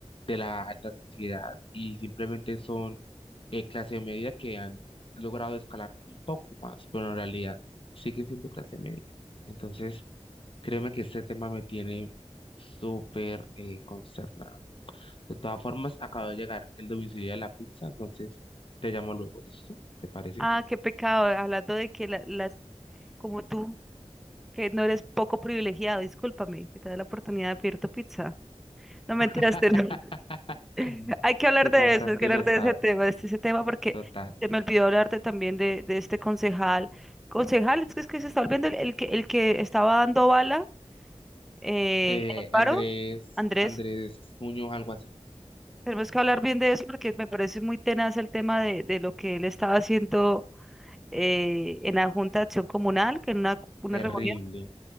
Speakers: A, on the left; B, in the centre.
A: de la alta sociedad y simplemente son eh, clase media que han logrado escalar un poco más, pero en realidad siguen siendo clase media. Entonces, créeme que este tema me tiene súper eh, consternada. De todas formas, acaba de llegar el domicilio de la pizza, entonces te llamo luego, ¿listo? ¿Te parece?
B: Ah, qué pecado, hablando de que la- las, como tú, que no eres poco privilegiado, discúlpame, que te da la oportunidad de pedir tu pizza. No mentiras,
A: <laughs>
B: te- <laughs> hay que hablar
A: Te
B: de
A: pasaste
B: eso, hay que hablar
A: y lo
B: de
A: sabes.
B: ese tema, de este, ese tema, porque
A: Total.
B: se me olvidó hablarte también de, de este concejal. Concejal, es que, es que se está olvidando el, el que, el que estaba dando bala eh,
A: Eh,
B: en el paro,
A: Andrés,
B: Andrés.
A: Andrés Muñoz, algo así.
B: Tenemos que hablar bien de eso porque me parece muy tenaz el tema de, de lo que él estaba haciendo eh, en la Junta de Acción Comunal, que en una, una
A: Terrible.
B: reunión.